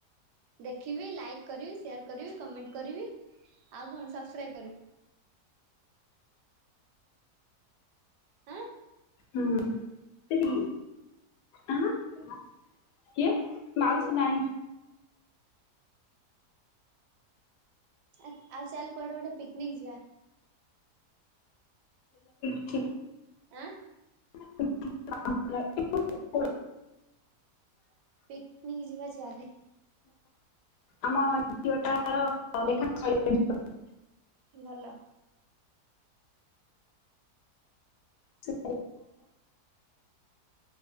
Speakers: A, on the right; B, on the left.
A: ଦେଖିବି, ଲାଇକ୍ କରିବି, ସେୟାର କରିବି, କମେଣ୍ଟ କରିବି, ଆଉ କଣ ସବସ୍କ୍ରାଇବ କରିବି। ଆଁ
B: ହୁଁ, ସେ କି ହାଁ କିଏ ମାଉସୀ ନାଇଁ
A: ଆ ଆଉ ଚାଲ୍ କୁଆଡେ ଗୋଟେ ପିକନିକ୍ ଯିବା।
B: <unintelligible>
A: ଆଁ?
B: <inaudible>
A: ପିକନିକ୍ ଯିବା ଚାଲେ।
B: ଆମ ଝିଅଟାର ଲେଖା ସଇଲାଣି। <inaudible>
A: ଭଲ।
B: ସେ <inaudible>